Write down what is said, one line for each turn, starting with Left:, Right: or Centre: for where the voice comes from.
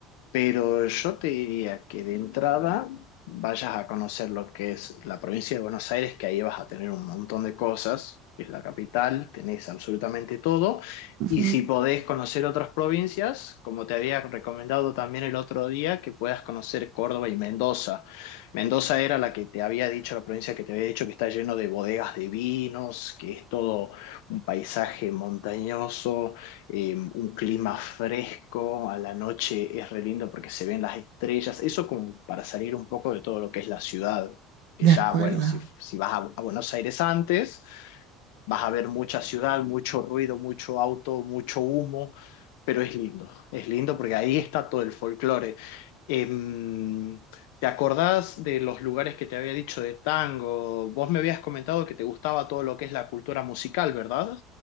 Left: pero yo te diría que de entrada vayas a conocer lo que es la provincia de Buenos Aires, que ahí vas a tener un montón de cosas, que es la capital, tenés absolutamente todo,
Right: ujú,
Left: y si podés conocer otras provincias, como te había recomendado también el otro día, que puedas conocer Córdoba y Mendoza Mendoza era la que te había dicho, la provincia que te había dicho que está lleno de bodegas de vinos, que es todo un paisaje montañoso, eh, un clima fresco, a la noche es re lindo porque se ven las estrellas, eso como para salir un poco de todo lo que es la ciudad, que
Right: De
Left: ya,
Right: acuerdo.
Left: bueno, si, si vas a a Buenos Aires antes. Vas a ver mucha ciudad, mucho ruido, mucho auto, mucho humo, pero es lindo, es lindo porque ahí está todo el folclore. Em, ¿te acordás de los lugares que te había dicho de tango? Vos me habías comentado que te gustaba todo lo que es la cultura musical, ¿verdad?